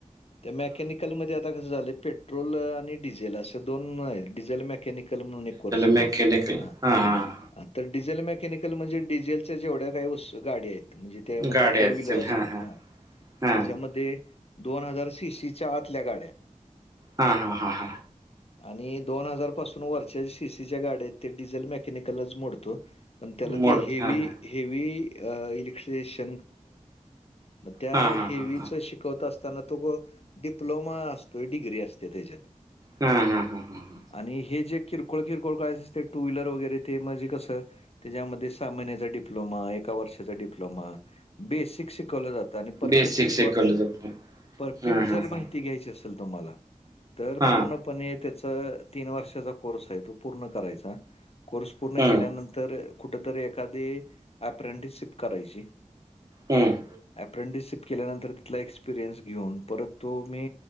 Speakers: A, on the left; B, on the right.
A: त्या मेकॅनिकलमध्येध्ये आता कसं झालं पेट्रोल आणि डिझेल असे दोन डिझेल म निकल म्हणून एक कोर्स आहे
B: मेकॅनिकल
A: हा
B: हां हां
A: आ तर डिझेल मेकॅनिकल म्हणजे डिझेलच्या जेवढ्या काही वस् गाडी आहेत म्हणजे त्यामध्ये
B: गाडी
A: फोर व्लर असतील
B: हां हां
A: हा
B: हां
A: त्याच्यामध्ये दोन हजार सीशीीच्या आतल्या गाड्या
B: हा हा हा हा
A: ह आणि दोन हजार पासून वरच्या सीसीच्या गाडत ते डिझेल मेकॅनिकलच मोडतो पण त्याला
B: मोड
A: ते हेवी
B: हां हां
A: हेवी इ अस म त्यावीच
B: हां हां हां हां
A: शिकवत अस असताना तो डिप्लोमा असतोय डिग्री असते त्याच्यात
B: हा हा हा हम ह
A: आणि हे जे किरकोळ किरकोळ कळायचं ते टू व्हीलर वगैरे ते म्हणजे कसं त्याच्यामध्ये सहा महिन्याचा डिप्लोमा ए वर्षाचा डिप्लोमा बेसिक व ज परेक्
B: बेसिक
A: श
B: शिकवलं जातं
A: परफेक्
B: हां
A: जर
B: हां हां
A: माहिती घ्याय तमला तर
B: हां
A: पूर्ण पण त्याचा तीन वर्षाचा कोर्स आहे तो पूर्ण करायचा कोर्स पूर्ण
B: हां
A: केल्यानंतर
B: हां
A: तर कुठेतरी एखादी अप्रेंटिसशिप करायची
B: हम्म
A: अप्रेंटिसशिप केल्यानंतर तिथला एक्सपिरियन्स घेऊन परत तो मी